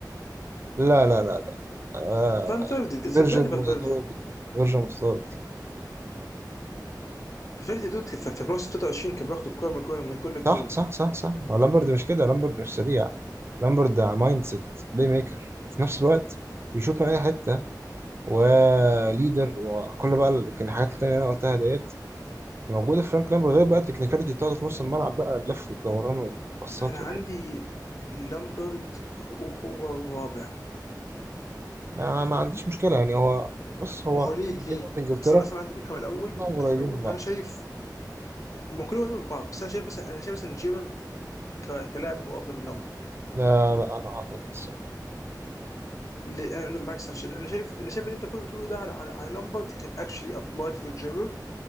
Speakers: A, on the right; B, on the left.
A: لا لا لا لا آه
B: فالفيردي صدقني
A: فيرجن
B: فالفيردي
A: متطور بكتير فيرجن متطور
B: فالفيردي دود كان في في الموسم 23 كان بياخد الكورة من الجول من كل الجون
A: صح صح صح صح هو لامبرد مش كده لامبرد مش سريع لامبرد مايند سيت بلاي ميكر وفي نفس الوقت بيشوط من اي حته وليدر وكل بقى ال- يمكن الحاجات التانية اللي انا قلتها ديت موجوده في فرانك لامبرد غير بقى التكنيكاليتي بتاعته في نص الملعب بقى اللف والدوران والباصات
B: أنا
A: والحاجات
B: عندي
A: دي.
B: لامبرد هو هو الرابع
A: ما, ما عنديش مشكله يعني هو بص هو
B: ما هو ليه ليه؟
A: لعيبه في انجلترا
B: اصل انا اصلا عندي بيكهام الاول
A: كلهم
B: بيكهام
A: قريبين
B: الاول
A: من بعض
B: انا شايف هم كلهم قريبين من بعض بس انا شايف مثلا انا شايف مثلا جيرارد ك- كلاعب هو افضل من لامبرد
A: لا لا انا اعترض الصراحه
B: ليه؟ انا بالعكس انا شايف انا شايف أنا شايف اللي انت كله بتقوله ده على على, على لامبرد كان اكشلي ابلاي فور جيرارد